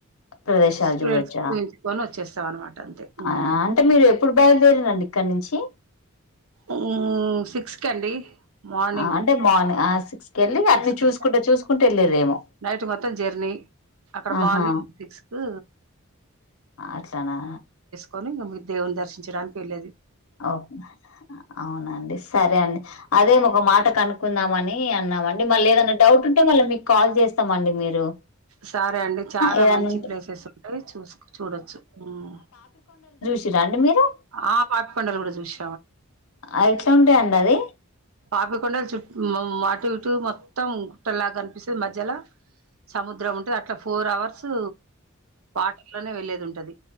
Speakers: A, on the left; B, on the right.
A: ప్రదేశాలు
B: స్టూడెంట్స్
A: చూడొచ్చా
B: తీసుకొని వచ్చేస్తం అనమాట అంతే మ్మ్
A: ఆ అంటే మీరు ఎప్పుడు బయలుదేరిలండి ఇక్కడ నుంచి
B: హ్మ్ సిక్స్ కండి మార్నింగ్
A: ఆ అంటే మార్నింగ్ ఆ సిక్స్ కి ఎళ్ళి అన్ని
B: సిక్స్ కి
A: చూసుకుంట చూసుకుంట ఏళ్ళిరేమో
B: నైట్ మొత్తం జెర్నీ అక్కడ
A: ఆహా
B: మార్నింగ్ సిక్స్ కు
A: అట్లానా
B: <unintelligible> మీర్ దేవుని దర్శించడానికి ఏళ్ళేది
A: ఓక్ అవునండి సరే అండి అదే ఒక మాట కనుక్కుందామని అన్నామండి మళ్ళీ ఏదైన్నా డౌట్ ఉంటే మళ్ళ మి కాల్ చేస్తమండి మీరు
B: సరే అండి చాలా
A: ఏదన్నా
B: మంచి
A: ఉంటే
B: ప్లేసెస్ ఉంటయి చూస్ చూడొచ్చు హ్మ్
A: చ్చిరా అండి మీరు
B: ఆ పాపి కొండలు గుడా చూషి
A: ఎట్లా ఉంటాయండి అవి
B: పాపికొండలు చుట్ హ్మ్ అటు ఇటు మొత్తం గుట్టలాగా కనిపిస్తది మధ్యల సముద్రం ఉంటది అట్లా ఫోర్ అవర్స్ వాటర్ లోనే వెళ్లేది ఉంటది.